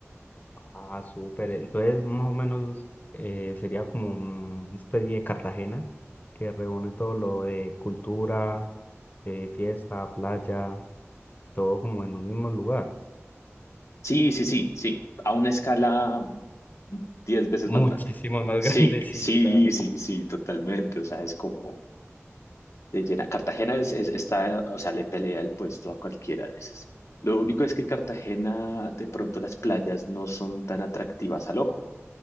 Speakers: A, on the left; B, on the left.
A: Ah, súper. Entonces, más o menos eh, sería como una especie de Cartagena que reúne todo lo de cultura, eh, fiesta, playa. todo como en un mismo lugar.
B: Sí, sí, sí, sí. A una escala mm, 10 veces
A: Muchísimo
B: más grande.
A: más
B: Sí,
A: <laughs> grande, sí,
B: sí,
A: claro.
B: sí, sí, totalmente. O sea, es como de llena. Cartagena es, es- está, o sea, le pelea el puesto a cualquiera de esas. Lo único es que Cartagena, de pronto las playas no son tan atractivas al ojo.